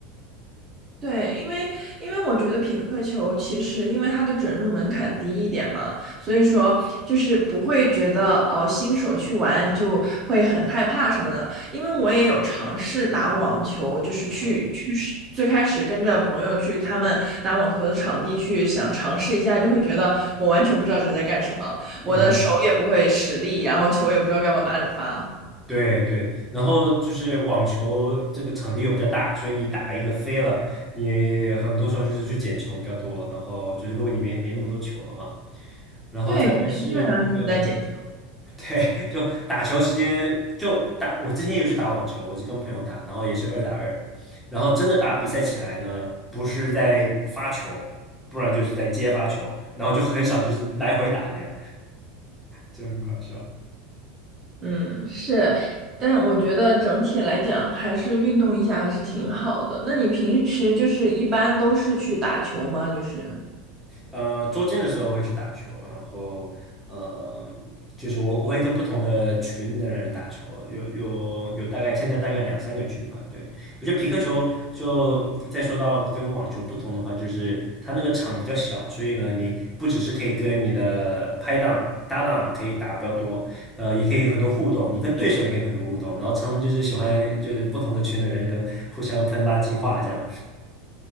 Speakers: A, on the right (about 30°); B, in the centre.
A: 对，因为因为我觉得匹克球其实因为它的准入门槛低一点嘛，所以说就是不会觉得哦新手去玩就会很害怕什么的。因为我也有尝试打网球，就是去去试最开始跟着朋友去他们打网球的场地去想尝试一下，
B: 嗯，
A: 就会觉得我完全不知道这是在干什么，
B: 嗯
A: 我的手也不会使力，然后球也不知道该往哪里发。
B: 对对，然后就是网球这个场地又比较大，所以你打一个飞了，你很多时候就是去捡球比较多，然后就是如果你没没那么多球的话，然后再来是这个。
A: 对，感觉基本上就是在捡球。
B: <laughs> 对，就打球时间就打，我之前也有去打网球，我是跟朋友打，然后也是二打二，然后真的打比赛起来呢，不是在发球，不然就是在接发球，然后就很少就是来回打那样，就很好笑。
A: 嗯，是，但我觉得整体来讲，还是运动一下还是挺好的。那你平时就是一般都是去打球吗？就是，
B: 呃，周间的时候会去打球，然后呃，就是我我会跟不同的群的人打球，有有有大概现在大概两三个群嘛。对，我觉得皮克球就再说到跟网球不同的话，就是它那个场比较小，所以呢，你不只是可以跟你的拍档。搭档可以打比较多，呃，也可以很多互动，你跟对手也可以很多互动，然后常常就是喜欢就是不同的群的人就互相喷垃圾话这样，